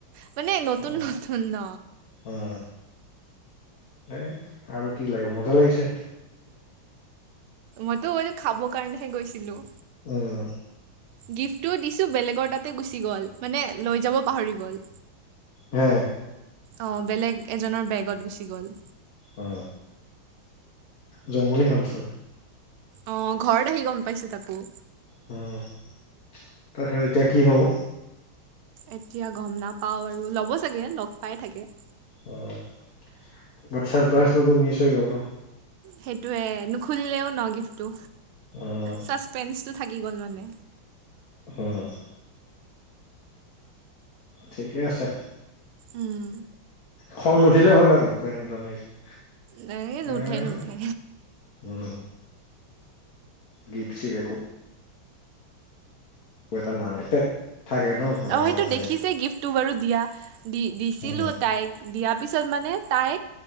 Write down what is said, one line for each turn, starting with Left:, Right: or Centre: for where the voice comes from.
Right: মানে নতুন
Left: উম
Right: নতুন ন।
Left: উম, এ আৰু কি লাগে মজা লাগিছে।
Right: মইতো এইটো খাবৰ কাৰণেহে গৈছিলো।
Left: উম,
Right: গিফ্টটো দিছোঁ বেলেগৰ তাতে গুচি গ'ল মানে লৈ যাব পাহৰি গ'ল।
Left: হে,
Right: অঁ বেলেগ এজনৰ বেগত গুচি গ'ল।
Left: অ জমনি হ'লচোন।
Right: অ ঘৰত আহি গম পাইছোঁ তাকো।
Left: তাৰ পিছত এতিয়া কি হ'ব।
Right: এতিয়া গম নাপাওঁ আৰু ল'ব চাগে লগ পাই থাকে।
Left: আচ্ছা ছাৰপ্ৰাইজ ত মিছ হৈ গল ন।
Right: সেইটোয়ে নুখুলিলেও ন গিফ্টটো
Left: উম
Right: ছাচপেন্ঞ্চ টো থাকি গ'ল মানে।
Left: উম, ঠিকে আছে
Right: উম,
Left: খং নুঠিলেই হ'ল আৰু <unintelligible>
Right: নাই নুঠে
Left: উম
Right: নুঠে।
Left: উম গিফ্ট শ্বিফ্ট একো, <unintelligible> ন বোলে
Right: অ সেইটো
Left: সেই
Right: দেখিছে গিফ্টটো বাৰু দিয়া দি দিছিলোঁ
Left: উম
Right: তাইক। দিয়া পিছত মানে তাই